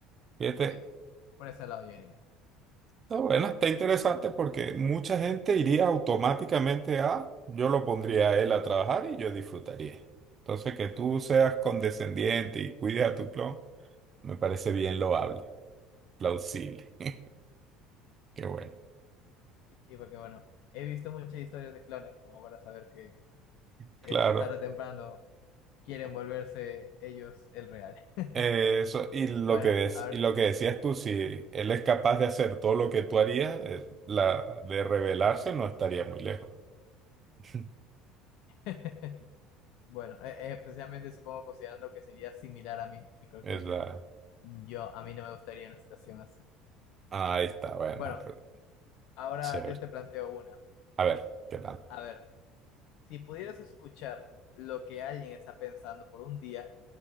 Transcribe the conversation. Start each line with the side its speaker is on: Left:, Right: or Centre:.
Right: Fíjate,
Left: Así que por ese lado yo iría.
Right: Está bueno, está interesante porque mucha gente iría automáticamente a, yo lo pondría a él a trabajar y yo disfrutaría. Entonces, que tú seas condescendiente y cuides a tu clon, me parece bien loable, plausible. <laughs> Qué bueno.
Left: Y, y porque, bueno, he visto muchas historias de clones como para saber que
Right: Claro.
Left: eh, tarde o temprano quieren volverse ellos el real. <laughs>
Right: Eh, Eso, y lo
Left: Bueno,
Right: que des-
Left: a ver.
Right: y lo que decías tú, si él es capaz de hacer todo lo que tú harías, eh, la de rebelarse no estaría muy lejos. <laughs>
Left: <laughs> Bueno, e- e- especialmente supongo considerando que sería similar a mí y creo
Right: Es
Left: que
Right: la-
Left: yo, a mí no me gustaría una situación así.
Right: ah, ahí está, bueno,
Left: Bueno,
Right: eh,
Left: ahora
Right: chévere.
Left: yo te planteo una.
Right: A ver, ¿qué tal?
Left: A ver, si pudieras escuchar lo que alguien está pensando por un día,